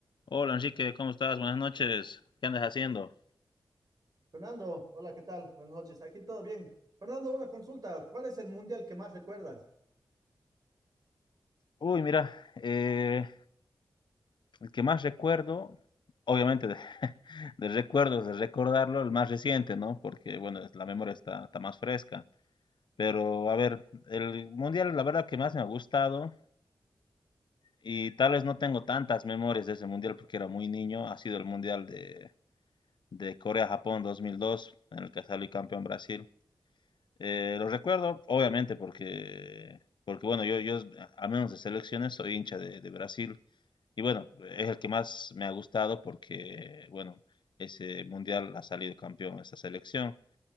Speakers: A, on the left; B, on the right.
A: Hola Enrique, ¿cómo estás? Buenas noches. ¿Qué andas haciendo?
B: Fernando, hola, ¿qué tal? Buenas noches. Aquí todo bien. Fernando, una consulta. ¿Cuál es el mundial que más recuerdas?
A: Uy, mira, eh, el que más recuerdo, obviamente de, <laughs> de recuerdos, de recordarlo, el más reciente, ¿no? Porque, bueno, es- la memoria está, está más fresca. Pero, a ver, el mundial, la verdad que más me ha gustado, y tal vez no tengo tantas memorias de ese mundial porque era muy niño, ha sido el mundial de, de Corea-Japón 2002, en el que salió campeón Brasil. Eh, lo recuerdo, obviamente, porque, porque bueno, yo, yo, a menos de selecciones, soy hincha de, de Brasil. Y bueno, es el que más me ha gustado porque, bueno, ese mundial ha salido campeón esta selección.